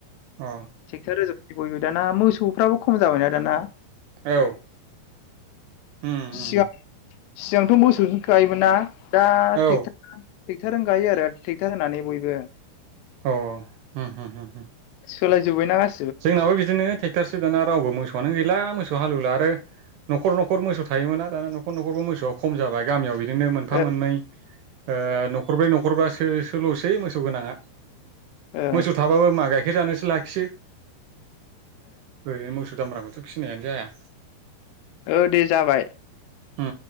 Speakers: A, on the right (about 80°); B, on the left (about 80°).
A: अ
B: थिगथार रोजोब बयबो दाना मोसौफ्राबो खम जाबायना दाना
A: औ उम
B: सिया
A: उम
B: सिगांथ' मोसौजों गायोमोन ना? दा
A: औ
B: थिक थाक टेक्टारजों गायो आरो टेक्टार होनानै बयबो।
A: अ अहम हमहम।
B: सोलायजोबायना गासि
A: जोंनाबो बिदिनो टे टारस दाना रावबो मोसौआनो गैला मोसौ हालौवला आरो न'खर न'खर मोसौ थायोमोना दाना न'खर न'खर मोसौवा खम जाबाय गामियाव बिद दिनो मोनफा
B: ओ
A: मोननै ओ न'खरब्रै न' हखरबा सोल'सै मोसौ गोनाङा।
B: ओ
A: मोसौ थाबाबो मा गाइखेर जानोस लाखियो। ओरोनो मोस दामब्राखौथ' फिनायानो जाया।
B: औ दे जाबाय।
A: ओम